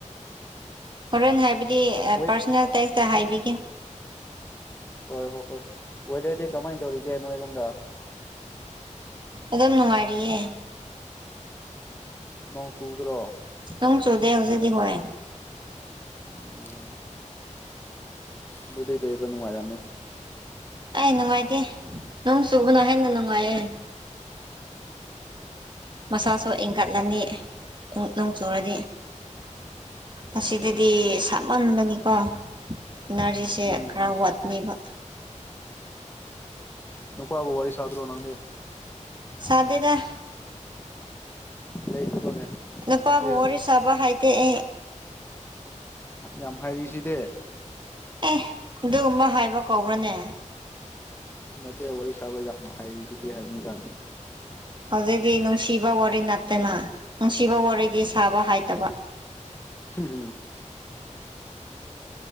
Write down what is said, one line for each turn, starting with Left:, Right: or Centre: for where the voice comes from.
Right: ꯍꯣꯔꯦꯟ ꯍꯥꯏꯕꯗꯤ ꯑꯦ
Left: ꯋꯦꯗꯔ
Right: ꯄꯥꯔꯁꯅꯦꯜ ꯇꯦꯛꯁꯇ ꯍꯥꯏꯕꯤꯒꯦ
Left: ꯍꯣꯏ ꯍꯣꯏ ꯍꯣꯏ ꯋꯦꯗꯔꯗꯤ ꯀꯃꯥꯏꯟ ꯇꯧꯔꯤꯒꯦ ꯅꯣꯏꯔꯣꯝꯗ
Right: ꯑꯗꯨꯝ ꯅꯨꯡꯉꯥꯏꯔꯤꯌꯦ
Left: ꯅꯣꯡ ꯆꯨꯗ꯭ꯔꯣ
Right: ꯅꯨꯡ ꯆꯨꯗꯦ ꯍꯧꯖꯤꯗꯤ ꯍꯣꯏ
Left: ꯎꯝ ꯑꯗꯨꯗꯤ ꯂꯩꯕ ꯅꯨꯡꯉꯥꯏꯔꯝꯅꯤ
Right: ꯑꯦ ꯅꯨꯡꯉꯥꯏꯇꯦ ꯅꯣꯡ ꯆꯨꯕꯅ ꯍꯦꯟꯅ ꯅꯨꯡꯉꯥꯏꯌꯦ ꯃꯁꯥꯁꯨ
Left: ꯑꯣ
Right: ꯏꯪꯒꯠꯂꯅꯤ ꯎꯝ ꯅꯣꯡ ꯆꯨꯔꯗꯤ ꯑꯁꯤꯗꯗꯤ ꯁꯥꯃꯟꯕꯅꯤꯀꯣ ꯏꯅꯔꯖꯤꯁꯦ
Left: ꯎꯝ
Right: ꯈ꯭ꯔ ꯋꯥꯠꯅꯦꯕ
Left: ꯅꯨꯄꯥꯕꯨ ꯋꯥꯔꯤ ꯁꯥꯗ꯭ꯔꯣ ꯅꯪꯗꯤ
Right: ꯁꯥꯗꯦꯗ
Left: ꯂꯩꯗ꯭ꯔꯣꯅꯦ
Right: ꯅꯨꯄꯥꯕꯨ
Left: ꯂꯩꯔꯝꯅꯤꯗ
Right: ꯋꯥꯔꯤ ꯁꯥꯕ ꯍꯩꯇꯦ ꯑꯦ
Left: ꯍꯥ ꯍꯥꯏꯔꯤꯁꯤꯗꯦ
Right: ꯑꯦ ꯑꯗꯨꯒꯨꯝꯕ ꯍꯥꯏꯕ ꯀꯧꯕ꯭ꯔꯅꯦ
Left: ꯅꯠꯇꯦ ꯋꯥꯔꯤ ꯁꯥꯕ ꯌꯥꯝ ꯍꯥꯏꯔꯤ ꯁꯤꯗꯤ ꯍꯥꯏꯕꯅꯤꯗ
Right: ꯍꯧꯖꯤꯛꯇꯤ ꯅꯨꯡꯁꯤꯕ ꯋꯥꯔꯤ ꯅꯠꯇꯦꯅ ꯅꯨꯡꯁꯤꯕ ꯋꯥꯔꯤꯗꯤ ꯁꯥꯕ ꯍꯥꯏꯇꯕ
Left: ꯍꯤ ꯍꯤ